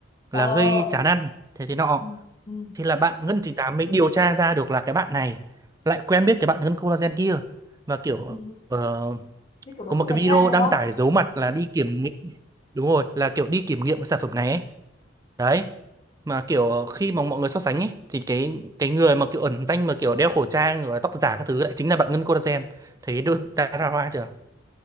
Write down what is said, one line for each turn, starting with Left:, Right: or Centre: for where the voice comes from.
Right: là
Left: ờ
Right: gây chán ăn thế thế nọ.
Left: ừ, ừ,
Right: Thì là bạn Ngân chín tám mới điều tra ra được là cái bạn này lại quen biết cái bạn Ngân Collagen kia và kiểu
Left: ừ.
Right: ờ,
Left: như kiểu đối
Right: có một
Left: thủ
Right: cái
Left: cạnh
Right: video
Left: tranh đúng
Right: đăng
Left: không
Right: tải giấu mặt là đi kiểm nghiệm đúng rồi là kiểu đi kiểm nghiệm cái sản phẩm này ấy. đấy mà kiểu khi mà mọi người so sánh ấy thì cái cái người mà kiểu ẩn danh mà kiểu đeo khẩu trang rồi tóc giả các thứ lại chính là bạn Ngân Collagen thấy được drama chưa